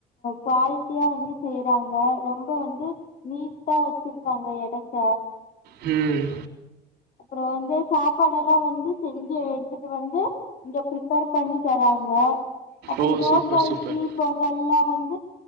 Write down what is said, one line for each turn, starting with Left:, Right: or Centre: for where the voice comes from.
Left: குவாலிட்டியா வந்து செய்யறாங்க ரொம்ப வந்து நீட்டா வெச்சிருக்காங்க எடத்த
Right: ம்
Left: அப்றோ வந்து சாப்பாடெல்லா வந்து செஞ்சு எடுத்துட்டு வந்து இங்க ப்ரிப்பேர் பண்ணி தராங்க அப்றோ
Right: ஓ
Left: தோச,
Right: சூப்பர் சூப்பர்
Left: இட்லி, பொங்கல் எல்லா வ